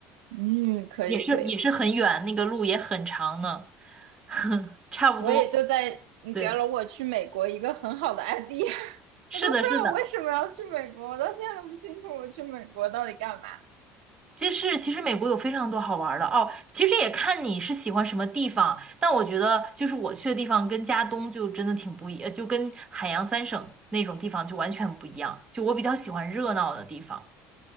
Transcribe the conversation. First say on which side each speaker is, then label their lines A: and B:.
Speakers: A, on the right (about 85°); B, on the right (about 25°).
A: 嗯，可以可以，
B: 也是也是很远，那个路也很长呢，<laughs> 差不多，
A: 我也就在你给了我去美国一个很好的
B: 对，
A: idea，<laughs>
B: 是的，
A: 我都不知道我为什么要去美国，
B: 是的。
A: 我到现在都不清楚我去美国到底干嘛。
B: 其实，其实美国有非常多好玩儿的哦。其实也看你是喜欢什么地方，但我觉得就是我去的地方跟加东就真的挺不一，呃就跟海洋三省那种地方就完全不一样。就我比较喜欢热闹的地方，